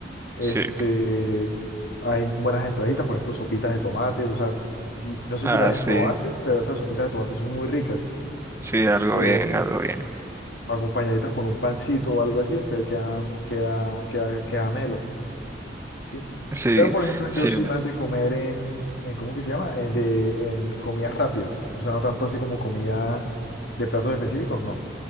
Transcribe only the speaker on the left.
Este,
hay buenas entraditas, por ejemplo, sopitas de tomate. O sea, no sé
si las hayas
probado antes, pero esas sopitas de tomate son muy ricas.
eh,
acompañaditas con un pancito o algo así, entonces queda, queda, queda, queda melo, ¿sí?
Pero, por ejemplo, yo
soy más de comer en, en ¿cómo que se llama? En, de, en comidas rápidas. O sea, no tanto así como comida de platos específicos, no.